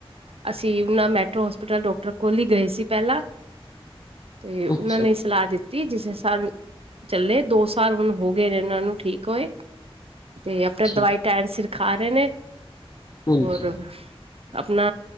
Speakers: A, on the right; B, on the left.
A: ਅਸੀਂ ਉਹਨਾਂ ਮੈਟਰੋ ਹੋਸਪੀਟਲ ਡਾਕਟਰ ਕੋਲ ਹੀ ਗਏ ਸੀ ਪਹਿਲਾਂ ਤੇ ਉਹਨਾਂ
B: ਅੱਛਾ ਅੱਛਾ
A: ਨੇ ਸਲਾਹ ਦਿੱਤੀ। ਜਿਸ ਸਾਲ ਚੱਲੇ ਦੋ ਸਾਲ ਹੁਣ ਹੋ ਗਏ ਨੇ ਇਹਨਾਂ ਨੂੰ ਠੀਕ ਹੋਏ। ਤੇ ਆਪਣੇ
B: ਅੱਛਾ
A: ਦਵਾਈ ਟੈਣ ਸਿਰ ਆਰ ਨੇ
B: ਹਾਂਜੀ
A: ਹੋਰ ਆਪਣਾ